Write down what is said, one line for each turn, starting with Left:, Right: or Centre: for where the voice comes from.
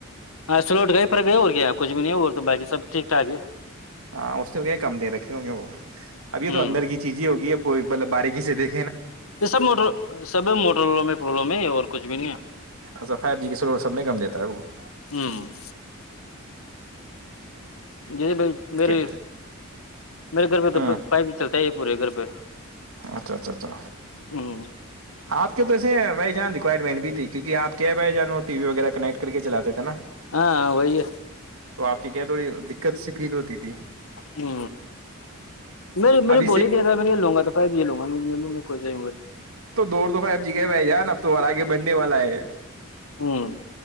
Left: ہاں سلوٹ گئے پرھر گئے اور کیایا کچھ بھی نہیں اور بقی سب ٹھیک ٹاک ہی
Right: ہاں اس نے کیا کم دے رکھے ہوں گے وہ
Left: ہوں
Right: ابھی تو اندر کی چیزیں ہی ہوگی ا کوئی مطلب باری کسسی د
Left: یہ سب موٹ سب موٹر والوں میں پرلم ہے اور کچھ بھی نہیں ہے
Right: اچھا فائیو جی کے سلور سب نہیں کم دیتا ہے وہ <inaudible>
Left: ہے ہوں جیسے بھائی میرے
Right: کیا
Left: میرے گھر پہ
Right: ہ
Left: تو پائپ بھی چلتا ہے یہ پورے گھر پہ
Right: اچھا اچھا اچھا
Left: ہوں
Right: آپ کے تو ایسے ہیں بھائی جان لیج رکورمن بھی تھی کیونکہ آپ کیاب آئے جانو ٹی وی وغیرہ کنیکٹ کر کے چلاتے نا
Left: ہاں وہئی
Right: تو آپ کیا تھوڑی دقت سی فیل ہوتی تھی
Left: ہ میں میں
Right: اب
Left: نے
Right: اسے
Left: بولی تھی ا میں یہ لوں گا توائی یہ لوں گا ل میں کوئی جے
Right: تو دور تو فب جی کے بہ جان تو آگے بڑھنے والا ہے
Left: ہوں